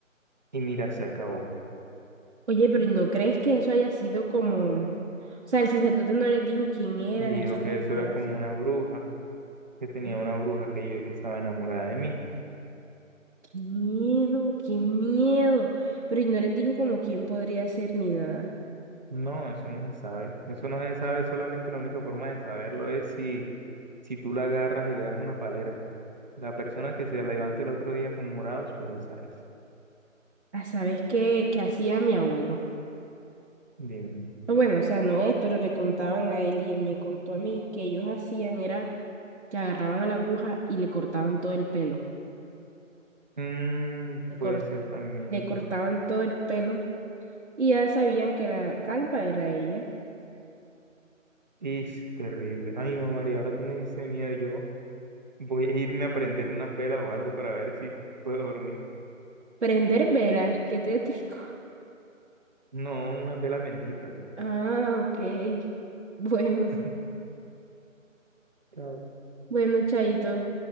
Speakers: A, on the right (about 35°); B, on the right (about 55°).
A: Y mira, se acabó.
B: Oye, pero ¿y no crees que eso haya sido como... O sea, el sacerdote no les dijo quién era
A: Dijo
B: ni quién
A: que
B: les
A: eso
B: estaba
A: era como
B: así.
A: una bruja, que tenía
B: Qué
A: una bruja que yo que estaba enamorada de mí.
B: miedo, qué miedo. Pero ¿y no les dijo como quién podría ser ni nada.
A: No, eso no se sabe. Eso no se sabe, solamente la única forma de saberlo es si, si tú la agarras y le das una palera. La persona que se levante el otro día con morados, pues esa es.
B: Ah, ¿sabes qué, qué hacía mi abuelo?
A: Dime.
B: O Bueno, o sea, no es, pero le contaban a él y él me contó a mí que ellos hacían era que agarraban a la bruja y le cortaban todo el pelo.
A: Mm,
B: Le,
A: puede
B: cor-
A: ser también.
B: le cortaban todo el pelo y ya sabían que la calva era ella.
A: Es terrible. Ay, no, María, ahora tú me diste miedo. Yo voy a irme a prender unas velas o algo para ver si puedo dormir.
B: Prender velas, qué tétrico.
A: No, unas velas benditas.
B: Ah, ok. Bueno,
A: <laughs> Chao.
B: bueno, Chaito.